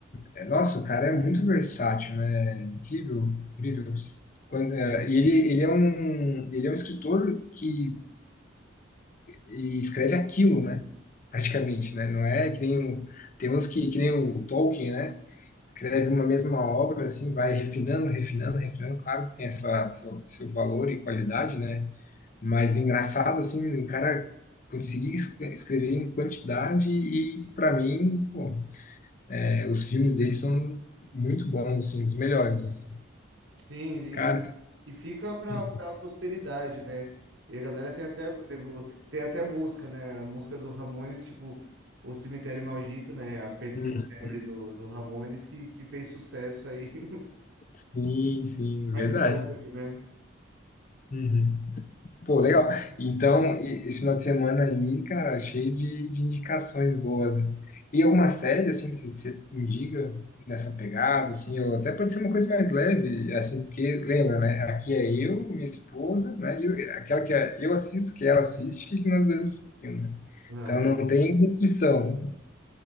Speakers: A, on the left; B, on the right.
A: é, nossa, o cara é muito versátil, né? Incrível, incrível. Quando, é, e ele, ele é um, ele é um escritor que e escreve aquilo, né? Praticamente, né? Não é que nem o, tem uns que, que nem o Tolkien, né? Escreve uma mesma obra, assim, vai refinando, refinando, refinando. Claro que tem a sua, seu, seu valor e qualidade, né? Mas engraçado, assim, o cara conseguir es- escrever em quantidade e, para mim, pô, é, os filmes dele são muito bons, assim, os melhores. né?
B: Sim,
A: Cara,
B: e, e fica pra,
A: Hum,
B: pra posteridade, né? E a galera tem até, por exemplo, tem até música, né? A música do Ramones, tipo, O Cemitério Maldito, né? A Pet
A: hum,
B: Cemetery
A: hum.
B: do, do Ramones, que, que fez sucesso aí. <laughs>
A: sim, sim,
B: Mas
A: verdade.
B: até hoje, né?
A: Uhum. Pô, legal. Então, e- esse final de semana aí, cara, cheio de, de indicações boas. né? E alguma série, assim, que você indica nessa pegada, assim, ou até pode ser uma coisa mais leve, assim, porque, lembra, né? Aqui é eu, minha esposa, né? E eu- aquela que é- eu assisto, que ela assiste, e que nós dois assistimos, né?
B: Ah,
A: Então não tem restrição.